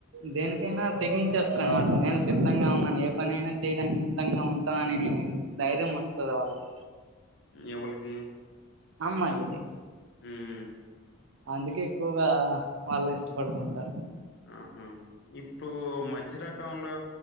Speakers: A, on the right (about 60°); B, on the left (about 50°).
A: దేనికైనా తెగించేస్తారు అనమాట నేను సిద్ధంగా ఉన్నాను ఏ పని అయినా చేయడానికి సిద్ధంగా ఉంటా అనే ధైర్యం వస్తది వాళ్లకి
B: ఎవలికి
A: అమ్మాయిలకి
B: ఉమ్
A: అందుకే ఎక్కువగా వాళ్ళునీ ఇష్టపడుతూ ఉంటారు
B: ఆహా ఇప్పుడు మధ్య రకంలో